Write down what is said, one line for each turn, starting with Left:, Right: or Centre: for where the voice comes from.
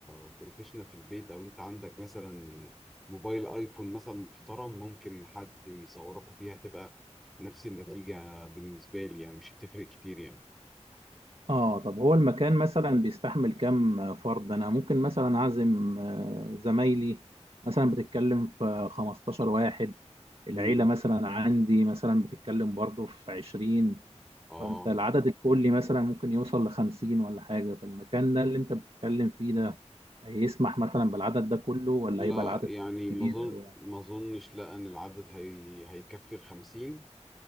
Centre: بروفيشنال في البيت او انت عندك مثلا موبايل ايفون مثلا محترم ممكن حد يصوركوا بيها تبقى نفس النتيجة بالنسبة لي يعني مش هتفرق كتير يعني
Right: اه طب هو المكان مثلا بيستحمل كام فرد انا ممكن مثلا اعزم آه، زمايلي مثلا بتتكلم في 15 واحد العيلة
Centre: مم.
Right: مثلا عندي مثلا بتتكلم برضو في 20
Centre: اه
Right: فانت العدد الكلي مثلا ممكن يوصل ل 50 ولا حاجة فالمكان ده اللي انت بتتكلم فيه ده هيسمح مثلا بالعدد ده كله ولا
Centre: لا
Right: هيبقى العدد
Centre: يعني
Right: كبير
Centre: ما اظن
Right: قوي يعني
Centre: ما اظنش لا ان العدد هي... هيكفي الخمسين